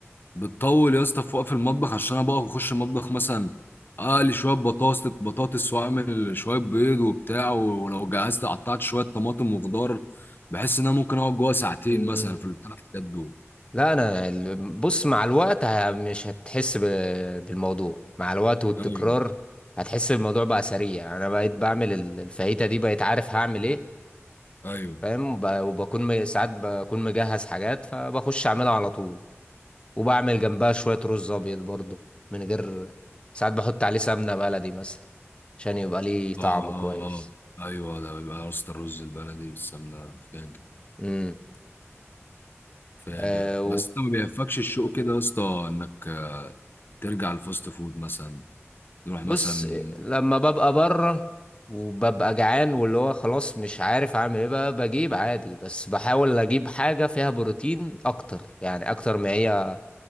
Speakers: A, on the left; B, on the left.
A: بتطول يا اسطى في وقف المطبخ عشان انا بقف اخش المطبخ مثلا اقلي شويه بطاطس بطاطس واعمل شويه بيض وبتاع ولو جهزت قطعت شويه طماطم وخضار بحس ان انا ممكن اقعد جوه ساعتين
B: مم.
A: مثلا في الثلاث حاجات دول
B: لا انا ال- بص مع الوقت ه- مش هتحس ب- بالموضوع مع الوقت والتكرار
A: ايوه
B: هتحس الموضوع بقى سريع انا بقيت بعمل ال- الفاهيتا دي بقيت عارف هعمل ايه
A: ايوه
B: فاهم وب- وبكون م- ساعات بكون مجهز حاجات فبخش اعملها على طول وبعمل جنبها شوية رز أبيض برضو من غير ساعات بحط عليه سمنة بلدي مثلا عشان يبقى ليه طعم
A: اه
B: كويس
A: اه اه ايوه ده بيبقى يا اسطى الرز البلدي بالسمنه فاجر
B: امم
A: فاجر
B: آه
A: بس انت ما بيهفكش الشوق كده يا اسطى انك ترجع الفاست فود مثلا نروح
B: وبص
A: مثلا
B: لما ببقى بره وببقى جعان واللي هو خلاص مش عارف اعمل ايه بقى بجيب عادي بس بحاول اجيب حاجة فيها بروتين اكتر يعني اكتر ما هي